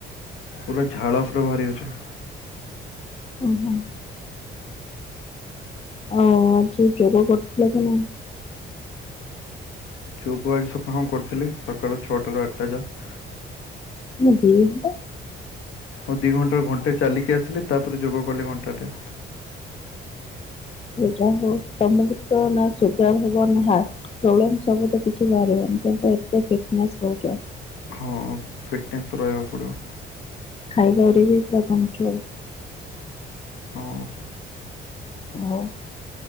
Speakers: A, on the left; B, on the left.
A: ପୁରା ଝାଳ ପୁରା ବାହାରି ଯାଉଛି।
B: ଓ ହୋ। ଓ ଆଜି ଯୋଗ କରିଥିଲ କି ନାହିଁ?
A: ଯୋଗ ଆଜି ସକାଳେ ହଁ କରିଥିଲି ସକାଳ ଛଅଟାରୁ ଆଠଟା ଯାଏ।
B: ହଁ ଦି ଟା
A: ଉ ଦି ଘଣ୍ଟାର ଘଣ୍ଟେ ଚାଲିକି ଆସିଲି ତାପରେ ଯୋଗ କଲି ଘଣ୍ଟାଟେ,
B: ଯାହା ହଉ ତମକୁ ତ ନା ସୁଗାର ହବ ନା ହାଟ ପ୍ରୋବ୍ଲେମ୍ ସବୁ ତ କିଛି ବାହାରିବନି ତ ଏତେ ଫିଟ୍ ନେସ୍ ରହୁଛ।
A: ହଁ ଫିଟନେସ୍ ତ ରହିବାକୁ ପଡ଼ିବ।
B: ଖାଇବାରେ ବି ପୁରା କଣ୍ଟ୍ରୋଲ?
A: ହଁ।
B: ଆଉ